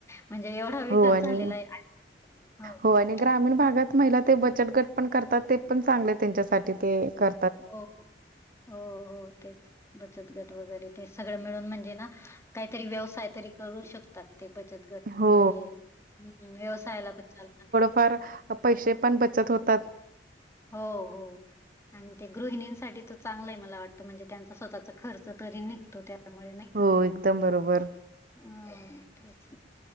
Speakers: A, on the left; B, on the right.
A: म्हणजे एवढा विकास
B: हो आणि
A: झालेला आहे हो.
B: हो आणि
A: बोल.
B: ग्रामीण भागात महिला ते बचत गट पण करतात ते पण चांगले त्यांच्यासाठी ते कर
A: हो हो हो तेच बचत गट वगैरे ते सगळं मिळून म्हणजे ना काहीतरी व्यवसाय तरी करू शकतात. ते बचत गट
B: हो
A: मुळे हम् व्यवसायाला पण चालणार.
B: फार पैसे पण बचत होतात.
A: हो हो आणि ते गृहिणींसाठी त चांगलंय मला वाटतं म्हणजे त्यांचा स्वतःचा खर्च तरी निघतो त्या त्यामुळे नाही
B: हो
A: का
B: एकदम बरोबर
A: हम् तेच